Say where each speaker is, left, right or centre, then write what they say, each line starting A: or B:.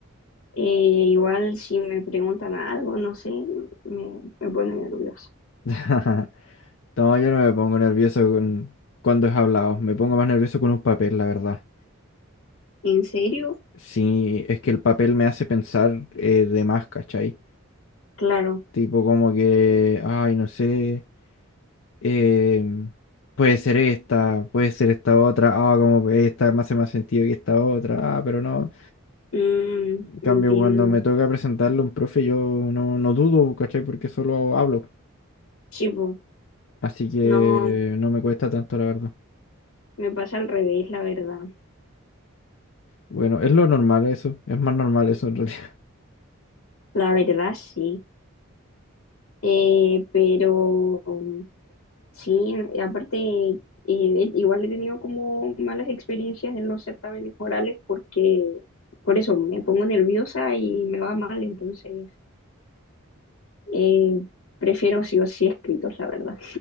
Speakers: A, on the left (about 80°); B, on the left (about 60°).
A: eh, igual si me preguntan algo, no sé, me, me pone nerviosa.
B: <laughs> No, yo no me pongo nervioso con, cuando es hablado. Me pongo más nervioso con un papel, la verdad.
A: ¿En serio?
B: Sí, es que el papel me hace pensar eh, de más, ¿cachai?
A: Claro,
B: Tipo como que, ay, no sé, em, puede ser esta, puede ser esta otra, ah, como que esta me hace más sentido que esta otra, ah, pero no.
A: Mm,
B: En cambio,
A: entiendo.
B: cuando me toca presentarle a un profe, yo no, no dudo, ¿cachai? Porque solo hablo.
A: Sí, po.
B: Así que
A: no,
B: no me cuesta tanto, la verdad.
A: me pasa al revés, la verdad.
B: Bueno, es lo normal eso, es más normal eso en realidad.
A: La verdad sí, Eh, pero... Sí, y aparte, eh, igual he tenido como malas experiencias en los certámenes orales porque por eso me pongo nerviosa y me va mal, entonces eh, prefiero sí o sí escritos, la verdad.